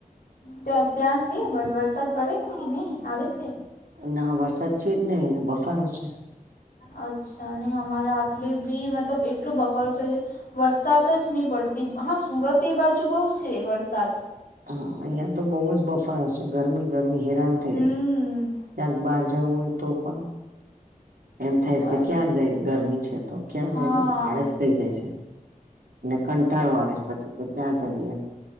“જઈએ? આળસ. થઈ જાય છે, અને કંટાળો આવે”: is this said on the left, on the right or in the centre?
Right